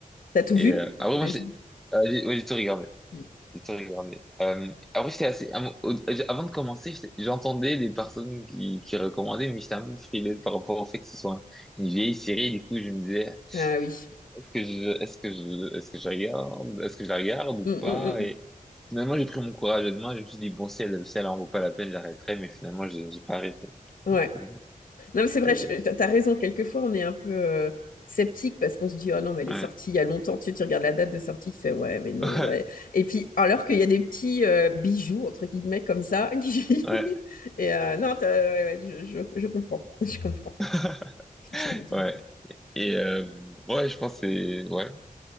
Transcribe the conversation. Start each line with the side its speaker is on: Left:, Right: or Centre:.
Left: T'as tout
Centre: Et
Left: vu,
Centre: euh,
Left: j'imagine.
Centre: après, moi, j'ai euh, j'ai- ouais, j'ai tout regardé.
Left: Mm.
Centre: J'ai tout regardé. Euh, après, j'étais assez. av- au- Avant de commencer, j'étais- j'entendais des personnes qui, qui recommandaient, mais j'étais un peu frileux par rapport au fait que ce soit une vieille série. Du coup, je me disais,
Left: Ah oui.
Centre: est-ce que je, est-ce que je, est-ce que je regarde, est-ce que je la regarde ou
Left: Mm, mm,
Centre: pas?
Left: mm.
Centre: Et finalement, j'ai pris mon courage à deux mains. Je me suis dit, bon, si elle, si elle en vaut pas la peine, j'arrêterai. Mais finalement, j'ai j'ai pas arrêté.
Left: Ouais.
Centre: Du coup,
Left: Non, mais c'est vrai,
Centre: c'est-
Left: je- t'as t'as raison. Quelquefois, on est un peu euh, sceptique parce qu'on se dit, oh non, mais elle
Centre: ouais.
Left: est sortie il y a longtemps. Tu, sais, tu regardes la date de sortie, tu fais, ouais, mais non,
Centre: <laughs>
Left: ouais. Et puis, alors qu'il y a des petits euh, bijoux, entre guillemets, comme ça, <laughs> qui...
Centre: Ouais.
Left: Et euh, non, t'as- ouais, ouais, je, je- je comprends. <laughs> Je comprends.
Centre: <laughs>
Left: ce que tu veux dire.
Centre: Ouais. Et euh, ouais, je pense que c'est ouais.